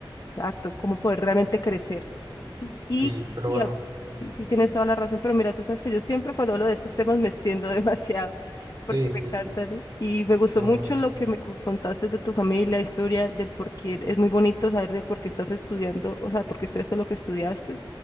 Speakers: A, on the left (about 40°); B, on the right (about 45°).
A: Exacto, cómo poder realmente crecer. Y,
B: Sí, pero
A: y
B: bueno,
A: a- sí, sí, tienes toda la razón, pero mira, tú sabes que yo siempre cuando hablo de estos temas me extiendo <laughs> demasiado, porque
B: sí,
A: me
B: sí,
A: encantan.
B: sí.
A: Y me gustó
B: No,
A: mucho
B: no,
A: lo que me co- contaste de tu familia, historia, del por qué. Es muy bonito saber de por qué estás estudiando, o sea, por qué estudiaste lo que estudiaste.